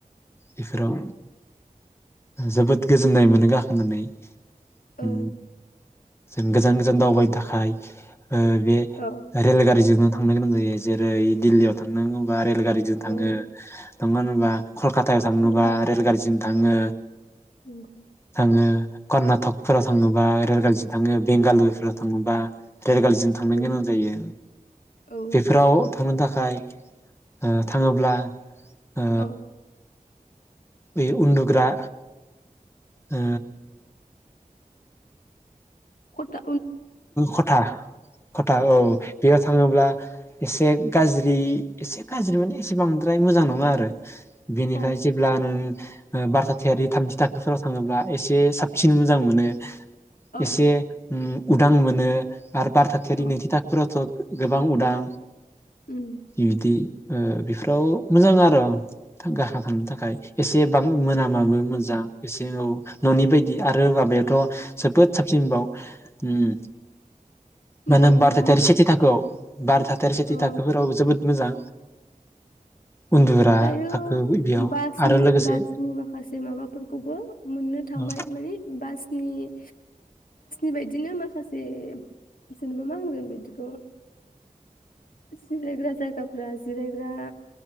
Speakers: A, on the left; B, on the left.
A: बेफोराव जोबोद गोजोननाय मोनो गाखोनानै।
B: औ
A: उम जों गोजान गोजान दावबायनो थाखाय ओ बे
B: औ
A: रेल गारिजोंनो थांनो गोनां जायो जेरै दिल्लीयाव थांनांगौबा रेलगारि- जों थाङो।
B: औ
A: <unintelligible> कल काथायाव थांनोबा
B: नंगौ
A: रेलगारिजों थाङो
B: नंगौ
A: थाङो। कर्नाटकफोराव थाङोबा रेलगारिजों थाङो बेंगालुरफोराव थाङोबा रेलगारिजों थांनो
B: उम
A: गोनां जायो
B: औ
A: बेफोराव थांनो था- खाय ओ थाङोब्ला ओ
B: औ
A: बे उन्दुग्रा ओ
B: खता
A: खथा खथा औ बेयाव थाङोब्ला एसे गाज्रि एसे गाज्रि माने एसे बांद्राय मोजां नङा आरो बेनिफ्राय
B: अ
A: जेब्ला नों ओ बार थाथियारि थामथि थाखोफोराव थाङोब्ला एसे साबसिन मोजां मोनो।
B: अ
A: एसे उम। उदां मोनो आरो बार थाथियारि
B: अ
A: नैथि थाखाफोराव थ' गोबां उदां
B: उम
A: इबिदि ओ बेफोराव मोजां आर' गाखोना थांनो थाखाय एसे बां मोनामाबो मोजां एसे औ। न'नि बायदि आरो माबायावथ' जोबोद साबसिन बाव। उम। मा
B: बन्दे
A: होनो बार थाथियारि
B: भारत
A: सेथि थाखोआव बारथाथियारि सेथि
B: औ
A: थाखोफोरावबो जोबोद मोजां। उन्दुग्रा
B: दायो
A: थाखो बेयाव
B: बासनि
A: आरो लोगोसे
B: बासनि माखासे माबाफोरखौबो मोननो थांबाय
A: औ
B: माने बा बासनि बायदिनो माखासे जेनेबा मा होनगोन बिदिखौ जिरायग्रा जायगाफोरा जिरायग्रा